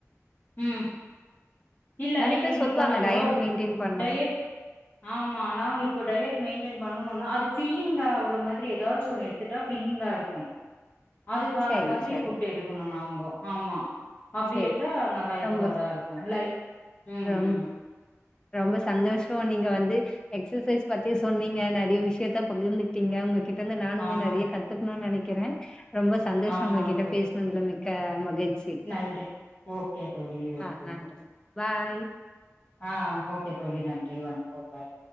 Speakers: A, on the left; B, on the left.
A: ம் இல்ல
B: நெறைய
A: எங்க்ளுக்கு
B: பேர் சொல்வாங்க
A: இப்போ நாங்கோ
B: டயட் மெயின்டெயின் பண்ணோனு
A: டயட் ஆமா நாங்க இப்போ டயட் மெயின்டெயன் பண்ணணுனா அது ஃபில்லிங் ஆகுற மாரி ஏதாச்சு ஒரு திட்டா ஃபில்லிங்கா இருக்கு அதுக்கான
B: சரி
A: மாதிரி
B: சரி
A: ஃபுட் எடுக்கணு நாம்போ ஆமா அப்டி
B: சரி
A: எடுத்தா நல்லா இதுவாதா
B: ரொம்ப
A: இருக்கு லை ம்
B: ரொம்ப
A: ம் ம்
B: ரொம்ப சந்தோஷோ நீங்க வந்து எக்சசைஸ் பத்தி சொன்னீங்க நறைய விஷயத்த பகிர்ந்துகிட்டிங்க உங்க கிட்ட இருந்து நானுமே
A: ஆமா
B: நறைய கத்துக்கணுனு நெனைக்கிறே ரொம்ப சந்தோஷோ
A: ஆமாங்க
B: உங்க கிட்ட
A: தோழி
B: பேசுனதுல மி க்க மகிழ்ச்சி
A: நன்றி ஓகே தோழி ஓகே
B: ஆ நன்றி பாய்
A: ஆ ஓகே தோழி நன்றி வணக்கோ பாய்